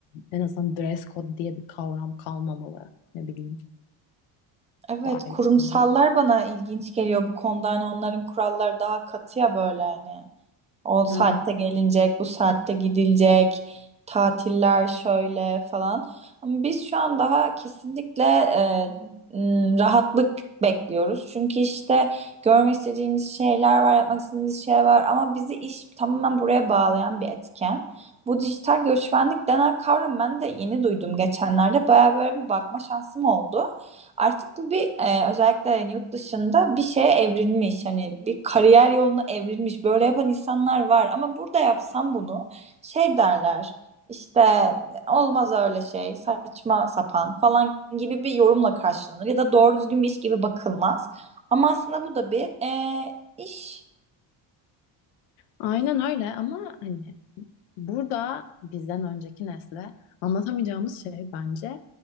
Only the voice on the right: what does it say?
Evet,
kurumsallar
bana ilginç geliyor bu konuda. Hani onların kuralları daha katı ya böyle hani. O saatte
gelinecek, bu saatte gidilecek, tatiller şöyle falan. Ama biz şu an daha kesinlikle e, m, rahatlık bekliyoruz. Çünkü işte görmek istediğimiz şeyler var, yapmak istediğimiz şeyler var ama bizi iş tamamen buraya bağlayan bir etken. Bu dijital göçmenlik denen kavram ben de yeni duydum geçenlerde. Baya böyle bir bakma şansım oldu. Artık bu bir e, özellikle yani yurt dışında bir şeye evrilmiş. Hani bir kariyer yoluna evrilmiş. Böyle yapan insanlar var. Ama burada yapsam bunu şey derler. işte olmaz öyle şey saçma sapan falan gibi bir yorumla karşılanır. Ya da doğru düzgün bir iş gibi bakılmaz. Ama aslında bu da bir e, iş.